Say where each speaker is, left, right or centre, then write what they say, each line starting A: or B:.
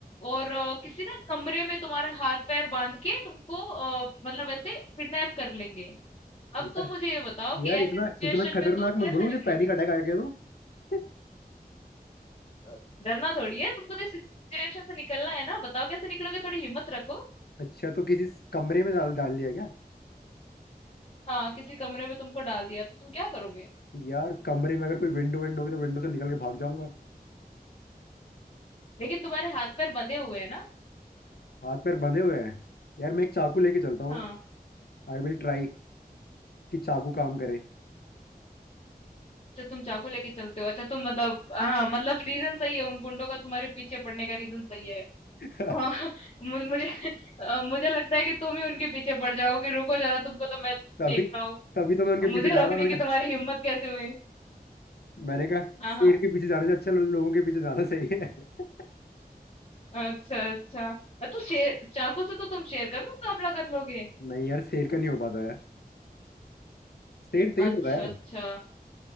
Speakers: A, on the left; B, on the left.
A: और अ, किसी ना कमरे में तुम्हारा हाथ-पैर बाँध के तुमको अ, मतलब ऐसे किडनैप कर लेंगे। अब
B: यार
A: तुम मुझे ये बताओ कि
B: यार इतना
A: ऐसी सिचुएशन
B: इतना खतरनाक
A: में तुम
B: मत
A: कैसे
B: बोलो
A: निकलोगे?
B: मुझे पैनिक अटैक आ गया तो <laughs>
A: अ, डरना थोड़ी है, तुमको तो इस सिचुएशन से निकलना है ना, बताओ कैसे निकलोगे? थोड़ी हिम्मत रखो।
B: अच्छा तो किसी कमरे में डाल डाल दिया क्या
A: हाँ किसी कमरे में तुमको डाल दिया तो तुम क्या करोगे
B: यार कमरे में अगर कोई विंडो विंडो होगी तो विंडो से निकल के भाग जाऊंगा
A: लेकिन तुम्हारे हाथ पैर बंधे हुए हैं ना
B: हाथ पैर बंधे हुए हैं यार मैं एक चाकू लेके चलता हूँ
A: हाँ
B: आई विल ट्राई कि चाकू काम करे
A: अच्छा तुम चाकू लेके चलते हो अच्छा तुम मतलब हाँ मतलब रीजन सही है उन गुंडों का तुम्हारे पीछे पड़ने का रीजन सही है
B: <laughs>
A: हाँ मुझे मुझे अ, मुझे लगता है कि तुम ही उनके पीछे पड़ जाओगे रुको जरा तुमको तो मैं
B: तभी
A: देखता हूँ
B: तभी तो मैं उनके
A: मुझे
B: पीछे जा रहा
A: रोकने
B: था मैंने
A: की तुम्हारी
B: कहा
A: हिम्मत कैसे हुई
B: मैंने कहा
A: हाँ
B: शेर
A: हाँ
B: के पीछे जाने से अच्छा लो- लोगों के पीछे जाना सही है <laughs>
A: अच्छा अच्छा अ, तो शेर चाकू से तो तुम शेर का भी मुकाबला कर लोगे
B: नहीं यार शेर का नहीं हो पाता यार शेर तेज
A: अच्छा
B: होता है यार
A: अच्छा